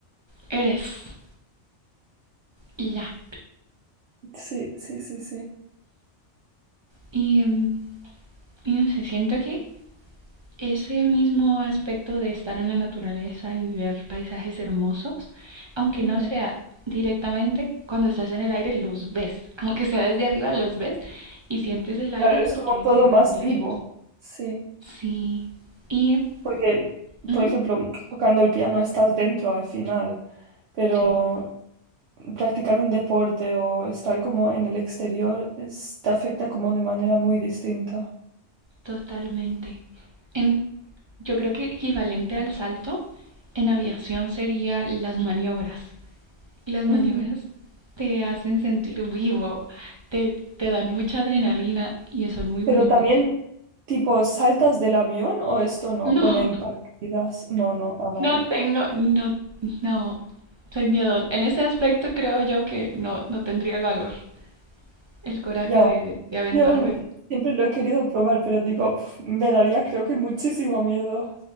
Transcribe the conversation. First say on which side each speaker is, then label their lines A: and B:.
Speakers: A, on the right; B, on the right.
A: eres y ya.
B: sí, sí, sí, sí.
A: Y, mm, y no sé, siento que ese mismo aspecto de estar en la naturaleza y ver paisajes hermosos, aunque
B: Ujú.
A: no sea directamente, cuando estás en el aire los ves, <laughs> aunque sea desde arriba los ves y sientes el aire
B: Claro, es
A: porque
B: como
A: hay
B: todo
A: ciertas
B: más
A: ventilaciones.
B: vivo. Sí.
A: Sí, y
B: Porque,
A: ujú,
B: por ejemplo, tocando el piano estás dentro al final, pero
A: sí,
B: practicar un deporte o estar como en el exterior es- te afecta como de manera muy distinta.
A: totalmente. En, yo creo que equivalente al salto en aviación sería las maniobras. Las maniobras
B: Ujú.
A: te hacen sentir vivo, te, te dan mucha adrenalina y son muy bonitas.
B: Pero también, tipo, ¿saltas del avión o esto
A: <laughs>
B: no?
A: No,
B: Con el paracaídas. No, no, ah, vale.
A: no tengo, no, no, soy miedosa. En ese aspecto creo yo que no, no tendría el valor, el coraje
B: Ya,
A: de, de, de aventarme.
B: yo me- siempre lo he querido probar, pero digo, pf, me daría creo que muchísimo miedo.